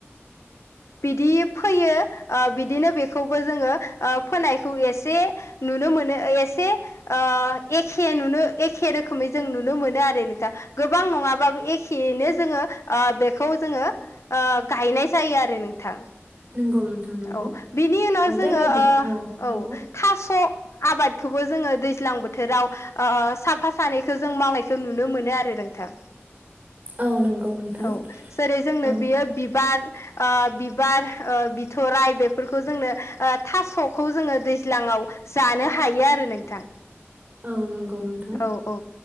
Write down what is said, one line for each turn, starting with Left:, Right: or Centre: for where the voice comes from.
Left: बिदि फैयो ओ बिदिनो बेखौ जोङो ओ फोनायखौ एसे नुनो मोनो एसे ओ एखे नुनो एखे रोखोमै जों नुनो मोनो आरो नोंथां गोबां नङाबाबो एखेयैनो जोङो बेखौ जोङो ओ गायनाय जायो आरो नोंथां
Right: नंगौ नोंथां नंगौ
Left: औ बिनि उनाव
Right: औ
Left: जोङो
Right: बेबायदि
Left: ओ
Right: नंगौ
Left: औ थास' आबादखौबो जोङो दैज्लां बोथोराव ओ साफा सानैखौ जों मावनायखौ नुनो मोनो आरो नोंथां
Right: औ नंगौ नोंथां
Left: औ जेरै जोंनो
Right: औ
Left: बेयो बिबार आ बिबार ओ थराइ बेफोरखौ जोंनो ओ थास'खौ जोङो दैज्लाङाव जानो हायो आरो नोंथां
Right: औ नंगौ नोंथां
Left: औ औ